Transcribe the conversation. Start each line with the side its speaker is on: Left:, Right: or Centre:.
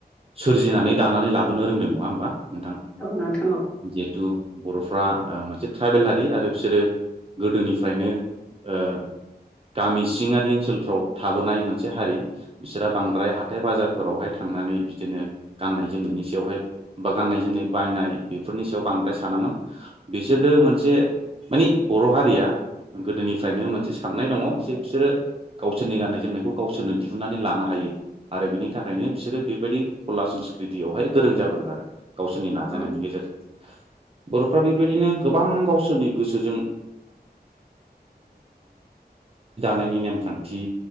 Right: सोरजिनानै दानानै लाबोनो रोंदों नङा होमबा नोंथां
Centre: औ नोंथां औ
Right: जिहेथु बर'फ्रा ओमोनसे ट्राइबेल हारि आरो बिसोरो गोदोनिफ्रायनो ओ गामि सिङारि ओनसोलफ्राव थाबोनाय मोनसे हारि बिसोरहा बांद्राय हाथाय बाजारफोरावहाय थां नानै बिदिनो गाननाय जनायनि सायावहाय बा गाननाय जोमनाय बायनाय बेफोरनि सायाव बांद्राय सानामोन बिसोरो मोनसे माने बर' हारिया गोदोनिफ्रायनो मोनसे साननाय दङ जे बिसोरो गावसोरनि गाननाय जोमनायखौ गावसोरनो दिहुननानै लानो हायो आरो बिनि थाखायनो बिसोरो बेबायदि कला संस्कृतियावहाय गोरों जायो गोरों जायो गावसोरनि नाजानायनि
Centre: औ
Right: गेजेरजों बर'फोरा बे बेबायदिनो गोबां गावसोरनि गोसोजों नायनि‌ नेमखान्थि